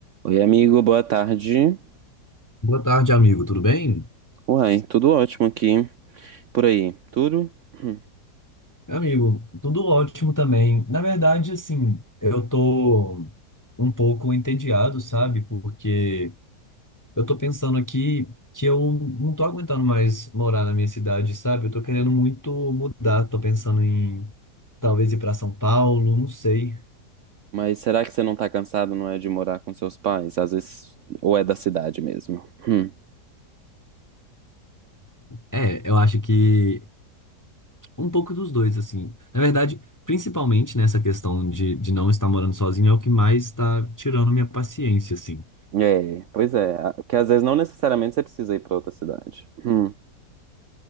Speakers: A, on the right; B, on the left.
A: Oi, amigo, boa tarde.
B: Boa tarde, amigo. Tudo bem?
A: Uai, tudo ótimo aqui. Por aí, tudo? Hum.
B: Amigo, tudo ótimo também. Na verdade, assim, eu tô um pouco entediado, sabe? Porque eu tô pensando aqui que eu não tô aguentando mais morar na minha cidade, sabe? Eu tô querendo muito mudar, tô pensando em talvez ir pra São Paulo, não sei.
A: Mas será que você não tá cansado, não é, de morar com seus pais? Às vezes, ou é da cidade mesmo? Hum.
B: É, eu acho que um pouco dos dois, assim. Na verdade, principalmente nessa questão de, de não estar morando sozinho, é o que mais está tirando minha paciência, assim.
A: É, pois é. a- Que às vezes não necessariamente você precisa ir pra outra cidade. Hum.